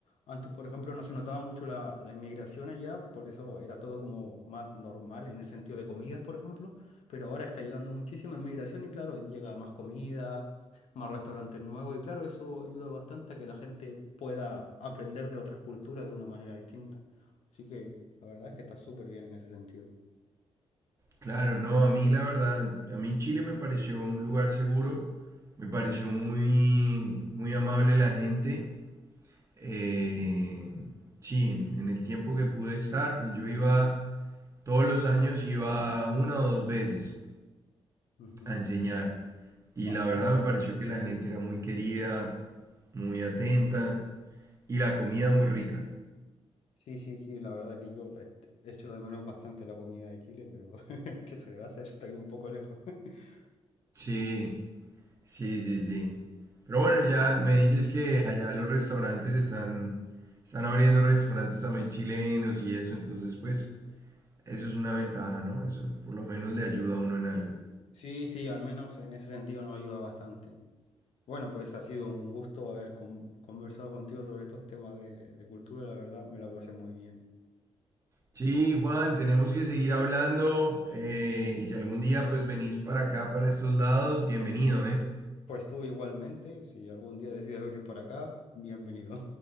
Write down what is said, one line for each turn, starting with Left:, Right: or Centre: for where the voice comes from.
Left: Antes, por ejemplo, no se notaba mucho la, la inmigración allá, por eso era todo como más normal en el sentido de comidas, por ejemplo, pero ahora está llegando muchísima inmigración y claro, llega más comida, más restaurantes nuevos y claro, eso ayuda bastante a que la gente pueda aprender de otras culturas de una manera distinta. Así que la verdad es que está súper bien en ese sentido.
Right: Claro, no, a mí la verdad, a mí Chile me pareció un lugar seguro, me pareció muy, muy amable la gente. eh, sí, en, en el tiempo que pude estar, pues, yo iba, todos los años iba una o dos veces
Left: Ujú.
Right: a enseñar. Y
Left: Bastante.
Right: la verdad me pareció que la gente era muy querida, muy atenta y la comida muy rica.
Left: Sí, sí, sí, la verdad que yo este, echo de menos bastante la comida de Chile, pero <laughs> ¿qué se le va a hacer? Estoy un poco lejos. <laughs>
Right: Sí, sí, sí, sí. Pero bueno, ya me dices que allá los restaurantes están, están abriendo restaurantes también chilenos y eso, entonces pues eso es una ventaja, ¿no? Eso por lo menos le ayuda a uno en algo.
Left: Sí, sí, al menos en ese sentido nos ayuda bastante. Bueno, pues ha sido un gusto haber con- conversado contigo sobre estos temas de, de cultura, la verdad me la pasé muy bien.
Right: Sí, Juan, tenemos que seguir hablando eh, y si algún día pues venís para acá, para estos lados, bienvenido, ¿eh?
Left: Pues tú igualmente, si algún día decides venir por acá, bienvenido.